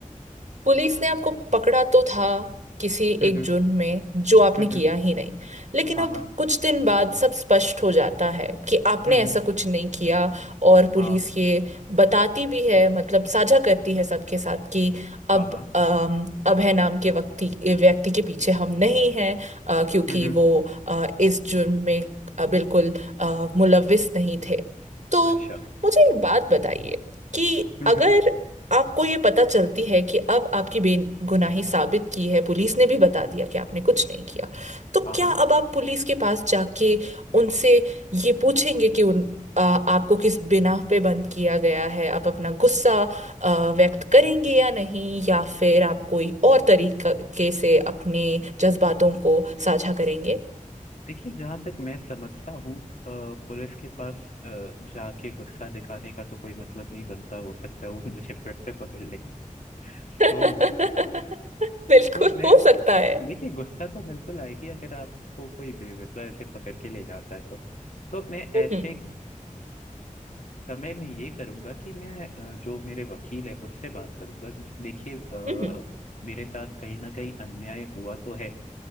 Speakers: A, on the right; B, on the left.
A: पुलिस ने आपको पकड़ा तो था किसी
B: हम्म
A: एक जुर्म में जो आपने
B: हम्म
A: किया
B: हम्म,
A: ही नहीं लेकिन
B: हाँ
A: अब
B: हाँ
A: कुछ दिन बाद सब स्पष्ट हो जाता है कि आपने
B: हम्म
A: ऐसा
B: हम्म,
A: कुछ नहीं किया और पुलिस
B: हाँ
A: ये बताती भी है मतलब साझा करती है सबके साथ कि अब
B: हाँ हाँ
A: अम, अभय नाम के व्यक्ति व्यक्ति के पीछे हम नहीं हैं अ, क्योंकि
B: हम्म हम्म,
A: वो अ, इस जुर्म में अ, बिल्कुल अ, मुलविस नहीं थे तो
B: अच्छा
A: मुझे एक बात बताइए कि
B: हम्म
A: अगर आपको ये पता चलती है कि अब आपकी बेगुनाही साबित की है पुलिस ने भी बता दिया कि आपने कुछ नहीं किया
B: हम्म,
A: तो
B: हाँ
A: क्या
B: हाँ
A: अब आप पुलिस के पास जाके उनसे ये पूछेंगे कि उन आ, आपको किस बिना पे बंद किया गया है आप अपना गुस्सा आ, व्यक्त करेंगे या नहीं या फिर आप कोई और तरीके से अपने जज्बातों को साझा करेंगे
B: देखिए जहाँ तक मैं समझता हूँ अ, पुलिस के पास अ, जाके गुस्सा दिखाने का तो कोई मतलब नहीं बनता हो सकता है वो <laughs> मुझे फिर से पकड़ ले तो
A: <laughs> बिल्कुल
B: तो मैं
A: हो सकता है
B: देखिए गुस्सा तो बिल्कुल आएगी अगर आपको कोई बेवजह ऐसे पकड़ के ले जाता है तो तो मैं
A: हम्म
B: ऐसे समय मैं ये करूंगा कि मैं अ, जो मेरे वकील है उनसे बात करूंगा कि देखिए अ,
A: हम्म
B: मेरे साथ कहीं ना कहीं अन्याय हुआ तो है